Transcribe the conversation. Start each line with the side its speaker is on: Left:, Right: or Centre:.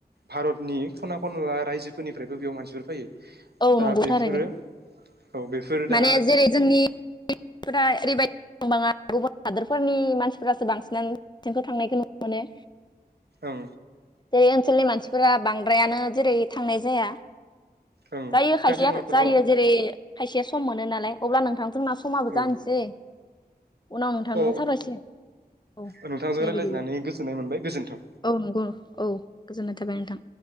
Right: भारत नि खना खनला रायजोफोरनिफ्रायबो बेयाव मानसिफोर फैयो।
Left: औ
Right: दा
Left: नंगौ
Right: बेफोरो
Left: थारैनो
Right: औ बेफोर दा
Left: माने जेरै जोंनि फोरा ओरैबायदि <unintelligible> ङा गुबुन हादोरफोरनि मानसिफोरासो बांसिनानो <unintelligible> सिनखौ थांनायखौ नुनो मोनो।
Right: ओं
Left: जेरै ओनसोलनि मानसिफोरा बांद्रायानो जेरै थांनाय जाया
Right: ओं
Left: जायो खायसेया
Right: काजिरङाफोराव
Left: जायो जेरै खायसेया सम मोनो नालाय अब्ला नोंथां जोंना समाबो जानोसै
Right: औ
Left: उनाव नोंथांजों
Right: अ
Left: सावरायसिगोन औ
Right: अ नोंथांजों
Left: दे
Right: रायज्लायनानै
Left: बिदिब्ला
Right: गोजोननाय मोनबाय गोजोन्थों।
Left: औ नंगौ औ गोजोनाय नोंथां